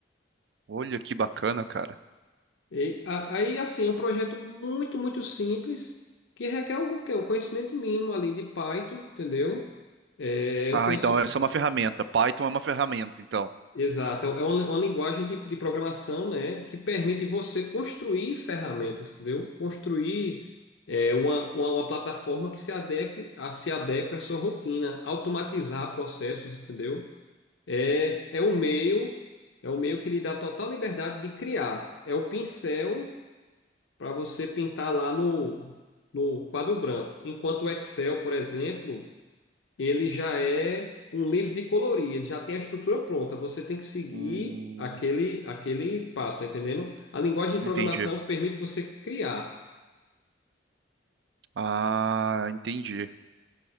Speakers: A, on the right; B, on the left.
A: Olha que bacana, cara.
B: E, a- aí, assim, é um projeto muito, muito simples, que requer o quê? Um conhecimento mínimo ali de Python, entendeu? É, eu
A: Ah,
B: conheci...
A: então essa é uma ferramenta. Python é uma ferramenta, então.
B: Exato, é uma, uma linguagem de, de programação, né, que permite você construir ferramentas, entendeu? Construir é, uma, uma, uma plataforma que se adeque, a, se adeque à sua rotina, automatizar processos, entendeu? É, é o meio, é o meio que lhe dá total liberdade de criar. É o pincel para você pintar lá no, no quadro branco. Enquanto o Excel, por exemplo, ele já é um livro de colorir, ele já tem a estrutura pronta. Você tem que seguir
A: Hum,
B: aquele, aquele passo, tá entendendo? A linguagem de
A: entendi.
B: programação permite você criar,
A: Ah, entendi.